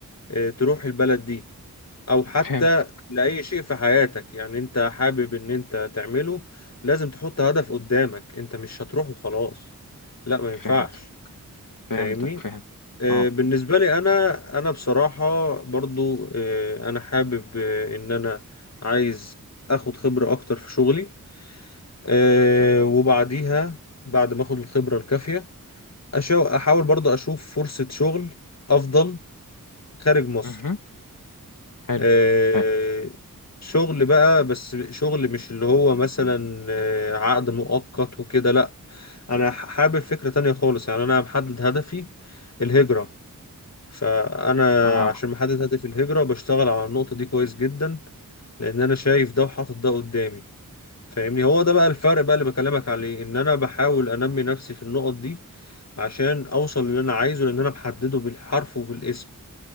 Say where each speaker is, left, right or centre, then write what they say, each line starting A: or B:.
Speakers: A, on the left (about 50°); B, on the left (about 70°).
A: آه، تروح البلد دي او حتى
B: فهمتك
A: لأي شيء في حياتك يعني انت حابب ان انت تعمله لازم تحط هدف قدامك انت مش هتروح وخلاص لا ما ينفعش
B: فهمتك فهمتك
A: فاهمني
B: فهم
A: آه،
B: اه
A: بالنسبة لي أنا أنا بصراحة برضو آه، أنا حابب آه، إن أنا عايز أخد خبرة أكتر في شغلي آه، وبعديها بعد ما أخد الخبرة الكافية أشا- أحاول برضو أشوف فرصة شغل أفضل خارج مصر
B: مهم. حلو
A: آه،
B: حلو
A: شغل بقى بس شغل مش اللي هو مثلا آه، عقد مؤقت وكده لأ أنا ح- حابب فكرة تانية خالص يعني أنا محدد هدفي الهجرة فانا
B: اه
A: عشان محدد هدف الهجره بشتغل على النقطه دي كويس جدا لان انا شايف ده وحاطط ده قدامي فاهمني هو ده بقى الفرق بقى اللي بكلمك عليه ان انا بحاول انمي نفسي في النقط دي عشان اوصل للي انا عايزه لان انا محدده بالحرف وبالاسم